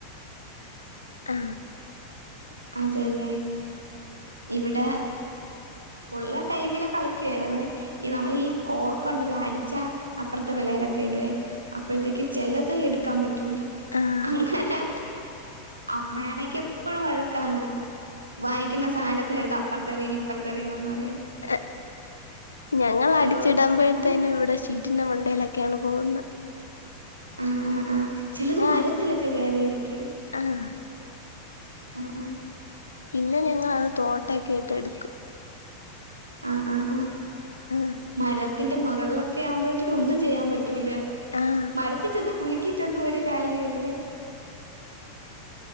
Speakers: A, on the left (about 75°); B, on the right (about 85°).
A: ആ
B: അതെല്ലേ ഇവിടെ ഉള്ള ടൈമില് കളിക്കുവായിരുന്ന്. ഈ നമ്മൾ ഈ കോക്ക് ഉണ്ടല്ലോ അടിച്ച അപ്പുറത്തെ വെളേയിലൊക്കെ ഇടുവേ. അപ്പഴ്ത്തേക്ക് ചിലത് എടുക്കാൻ പ റ്റൂല
A: ആഹ്
B: അങ്ങനെ അമ്മയാണെങ്കി എപ്പഴും വഴക്കാണ് വാങ്ങിക്കുന്ന സാനത്തിനെടുത്ത് അപ്രത്തെറിയണം ഇപ്രറത്തെറിയണം എന്ന് പറഞ്ഞ്
A: ഏഹ് ഞങ്ങളാടിച്ചിടമ്പോഴത്തേനും
B: ഓ അത്
A: ഇവിടെ ശി റ്റിന്റെ മണ്ടയിലൊക്കെയാണ് പോകുന്നെ
B: ആ ആ ആ ചെലത് മരത്തിലക്കെ
A: അത്
B: കേറിയിരിക്കും
A: ആഹ്
B: ആ ആ
A: പിന്നെ ഞങ്ങളത് തോട്ട കേട്ടെടുക്കും
B: ആ ആ ആ
A: ആഹ്
B: മരത്ത് ത്തിന്റെ മേകളിലൊക്കെ ആവുമ്പോഴത്തേക്ക് ഒന്നും ചെയ്യാൻ പറ്റ റ്റൂല്ല
A: ആഹ്
B: മരത്തി ചെന്ന് കുലുക്കിട്ടൊന്നും ഒരു കാര്യ ഇല്ല